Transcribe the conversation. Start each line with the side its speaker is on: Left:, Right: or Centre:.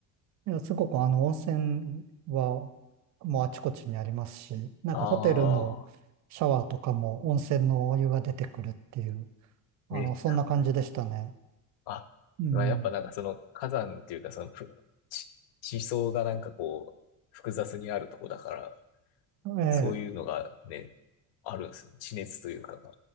Right: いや、すごくあの温泉はもうあちこちにありますし、なんかホテルのシャワーとかも温泉のお湯が出てくるっていう、
Left: あ
Right: あの、
Left: あ、え、
Right: そんな感じでしたね。
Left: あ、
Right: うん。
Left: まあ、やっぱなんかその、火山っていうか、その、ふ、地、地層がなんかこう、複雑にあるとこだから、
Right: ええ
Left: そういうのがね、あるんですね。地熱というかが。